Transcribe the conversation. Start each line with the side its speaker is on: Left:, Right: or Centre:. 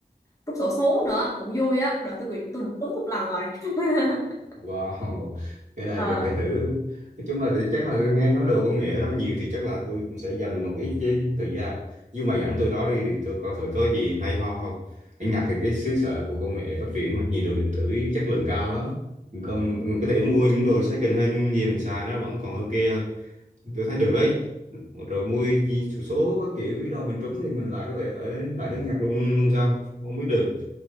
Left: trúng xổ số nữa cũng vui á đợt tôi quyệt- tôi được trúng một lần rồi <laughs>
Right: Wow, cái này
Left: ờ
Right: thì phải thử. Nói chung là thì chắc là nghe nói đồ công nghệ đó nhiều thì chắc là tôi cũng sẽ dành một ít chứ thời gian. Nhưng mà dẫn tôi đó đi thì tôi coi thử có gì hay ho không. Ở Nhật thì cái xứ sở của công nghệ phát triển mà nhiều đồ điện tử chất lượng cao lắm. Mình Còn
Left: ừ,
Right: mình có thể mua những đồ second hand gì mình xài nó vẫn còn ok hơn. Tôi thấy được
Left: ừ.
Right: ấy. Rồi mua gì- số số các kiểu biết đâu mình trúng thì mình lại có thể ở lại nước Nhật luôn luôn sao? Không biết được.